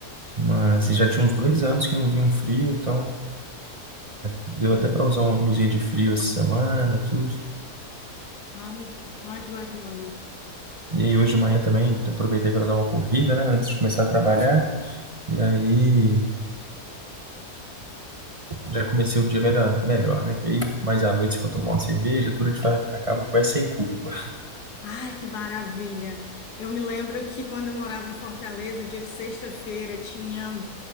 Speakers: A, on the right; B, on the left.
A: Mas
B: Hum,
A: e já tinha uns dois anos que não vinha um frio, então Deu
B: Delícia.
A: até para usar uma blusinha de frio essa semana, tudo.
B: Ai, ai, que bacana.
A: E aí hoje de manhã também aproveitei para dar uma corrida, né, antes de começar a trabalhar. E aí já comecei o dia melhor, melhor, né? Que aí mais à noite se for tomar uma cerveja, tudo a gente vai, acaba que vai sem culpa.
B: Ai, que maravilha. Eu me lembro que quando eu morava em Fortaleza, dia de sexta-feira, tinha,